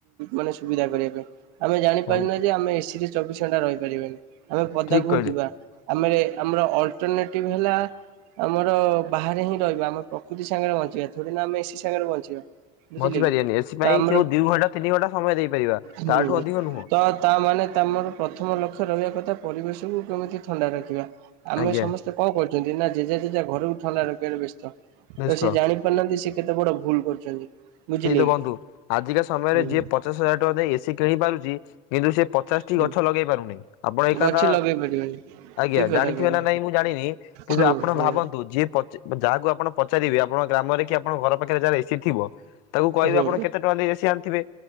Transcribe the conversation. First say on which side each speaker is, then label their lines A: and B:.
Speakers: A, on the right; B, on the left.
A: ମାନେ ସୁବିଧା କରିବା ପାଇଁ, ଆମେ ଜାଣିପାରୁ
B: ହଁ
A: ନେ ଯେ, ଆମେ ଏସିରେ ଚବିଶ ଘଣ୍ଟା ରହିପାରିବାନି, ଆମେ ପଦାକୁ
B: ଠିକ କହିଲେ।
A: ହିଁ ଯିବା! ଆମେ, ଆମର ଅଲଟରନେଟିଭ୍ ହେଲା ଆମର ବାହାରେ ହିଁ ରହିବା, ଆମର ପ୍ରକୃତି ସାଙ୍ଗରେ ବଞ୍ଚିବା, କେତେ ଦିନ ଆମେ ଏସି ସାଙ୍ଗରେ ବଞ୍ଚିବା। ବୁଝିଲେ
B: ବଞ୍ଚି ପାରିବାନି
A: କି
B: ଏସି
A: ତ
B: ପାଇଁ
A: ଆମର
B: ଯୋଉ ଦି ଘଣ୍ଟା ତିନି ଘଣ୍ଟା ସମୟ ଦେଇପାରିବା
A: ହୁଁ
B: ତାଠୁ ଅଧିକ ନୁହଁ।
A: ତ ତା ମାନେ ତମର ପ୍ରଥମ ଲକ୍ଷ୍ୟ ରହିବା କଥା ପରିବେଶକୁ କେମିତି ଥଣ୍ଡା ରଖିବା ଆମେ
B: ଆଜ୍ଞା
A: ସମସ୍ତେ କଣ କରୁଛନ୍ତି ନା ଜେଝା ଜେଝା ଘରକୁ ଥଣ୍ଡାରଖିବାରେ ବ୍ୟସ୍ତ
B: ନିଶ୍ଚୟ
A: ତ ସେ ଜାଣି ପାରୁନାହାନ୍ତି ସେ କେତେ ବଡ ଭୁଲ କରୁଛନ୍ତି। ବୁଝିଲେ
B: ସେଇ ତ ବନ୍ଧୁ
A: କି?
B: ଆଜିକା ସମୟରେ
A: ହୁଁ
B: ଯିଏ ପଚାଶ ହଜାର ଟଙ୍କା ଦେଇ ଏସିି କିଣି ପାରୁଚି କିନ୍ତୁ ସେ ପଚାଶଟି
A: ହୁଁ।
B: ଗଛ ଲଗେଇ ପାରୁନି ଆପଣ ଏକାଦାର
A: ଗଛ ଲଗେଇ ପାରିବାନି
B: ଆଜ୍ଞା
A: ଠିକ କଥା
B: ଜାଣିଥିବେ
A: କହିଲ
B: ନା ନାଇଁ ମୁଁ ଜାଣିନି? କିନ୍ତୁ
A: ହୁଁ
B: ଆପଣ
A: ହୁଁ।
B: ଭାବନ୍ତୁ ଯିଏ ପଚା ଯାହାକୁ ଆପଣ ପଚାରିବେ ଆପଣ ଗ୍ରାମରେ କି ଆପଣଙ୍କ ଘର ପାଖରେ ଯାହାର ଏସି ଥିବ। ତାକୁ କହିବେ
A: ହୁଁ
B: ଆପଣ କେତେ ଟଙ୍କା ଦେଇ ଏସି ଆଣିଥିବେ।